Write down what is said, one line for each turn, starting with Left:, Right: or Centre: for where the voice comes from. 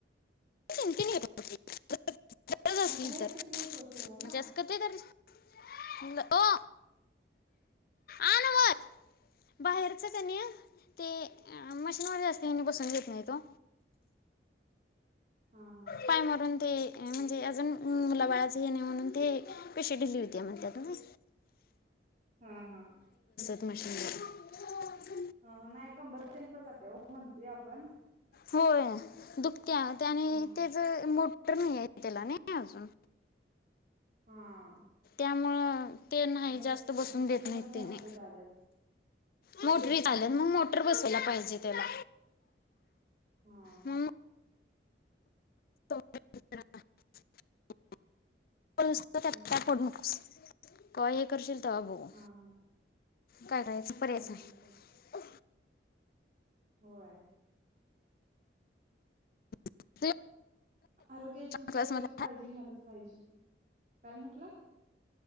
Left: <inaudible>
Right: मग बाहेरच
Left: तर
Right: घ्यायच वो शिवायला.
Left: म्हणजे असं कधी तर ल वो आन वर बाहेरच कनी ते मशीनमध्ये जास्त वणी बसून घेत नाही वो
Right: हा हा.
Left: पाय मारून ते. म्हणजे अजून मुला बाळाचं हे नाही म्हणून ते पिशवी ढीली होतिया म्हणत्यात तुम्ही
Right: हम हा.
Left: मशीन
Right: ह ह नाही कंबर तेन पण जातीया हो म्हणतोय आपण
Left: होय. त्या त्याने
Right: हम्म
Left: त्याच मोठ. <unintelligible> त्याला नाही अजून
Right: हा.
Left: त्यामुळं ते नाही
Right: आता
Left: जास्त
Right: स-
Left: बसून
Right: आता सगळीकडे
Left: देत नाहीत
Right: मोटरच्या
Left: त्यांनी
Right: आल्यात
Left: मोटरी
Right: हा
Left: झाल
Right: हा
Left: मग मोटर बसुन ते <unintelligible> पाहिजे त्याला
Right: हा.
Left: मग <inaudible> <unintelligible>
Right: हम्म
Left: काय हे करशील तवा बघु
Right: हा हा
Left: काय रायच
Right: चालते
Left: पर्यायच नाय.
Right: की होय.
Left: <inaudible>
Right: आरोग्याची शरीराची
Left: क्लास मला
Right: काळजी घ्यायलाच पाहिजे. काय म्हटलं.